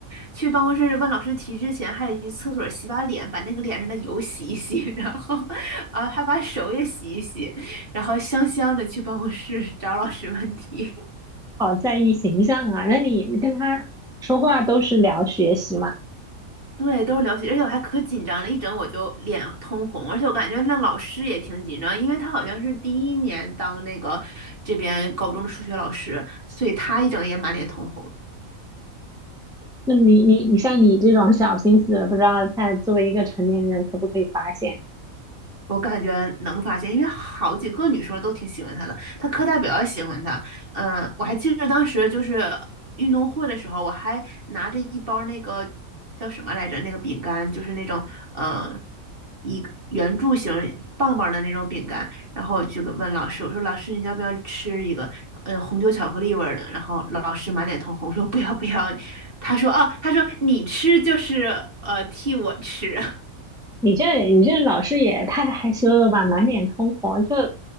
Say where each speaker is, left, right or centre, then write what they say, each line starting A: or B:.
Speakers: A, on the right; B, in the centre.
A: 去办公室问老师题之前，还得去厕所洗把脸，把那个脸上的油洗一洗，<laughs> 然后啊还把手也洗一洗，然后香香的去办公室找老师问题。
B: 好在意形象啊？那你你跟他说话都是聊学习嘛？
A: 对，都是流血，而且我还可紧张了，一整我就脸通红，而且我感觉那老师也挺紧张，因为他好像是第一年当那个这边高中的数学老师，所以他一整也满脸通红。
B: 那你你你像你这种小心思，不知道在作为一个成年人可不可以发现？
A: 我感觉能发现，因为好几个女生都挺喜欢他的，他课代表也喜欢他。嗯，我还记得当时就是运动会的时候，我还拿着一包那个叫什么来着，那个饼干，就是那种呃一个圆柱形棒棒的那种饼干，然后我就给问老师，我说老师你要不要吃一个？嗯，红酒巧克力味儿的。然后老师满脸通红说不要不要，他说哦，他说你吃就是呃替我吃。
B: 你这你这老师也太害羞了吧，满脸通红，就